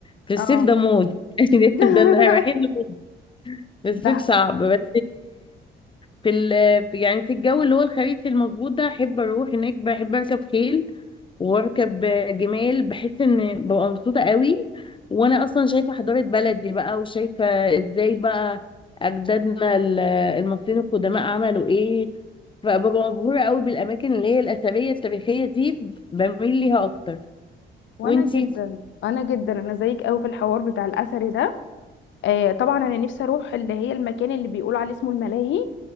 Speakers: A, on the left; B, on the left.
A: في الصيف
B: اه
A: ده موت <laughs> ده
B: <laughs>
A: ده احنا رايحين لموت في الصيف
B: ده
A: صعب بس في ال في- يعني في الجو اللي هو الخريف المظبوط ده احب اروح هناك بحب اركب خيل واركب جمال بحس ان ببقى مبسوطه قوي وانا اصلا شايفه حضاره بلدي بقى وشايفه ازاي بقى اجدادنا ال- المصريين القدماء عملوا ايه فببقى مبهوره قوي بالاماكن اللي هي الاثريه التاريخيه دي بميل ليها اكتر
B: وانا
A: وانتي
B: جدا انا جدا انا زيك قوي في الحوار بتاع الاثري ده آه طبعا انا نفسي اروح اللي هي المكان اللي بيقولوا عليه اسمه الملاهي